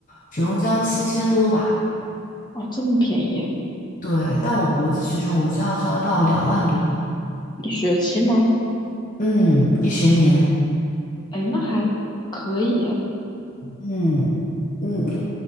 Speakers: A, on the left (about 40°); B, on the left (about 20°).
A: 只用交七千多吧。
B: 哦，这么便宜，
A: 对，但我国际学生我就要交到两万多，
B: 一学期吗？
A: 嗯，一学年，
B: 哎，那还可以
A: 嗯，你你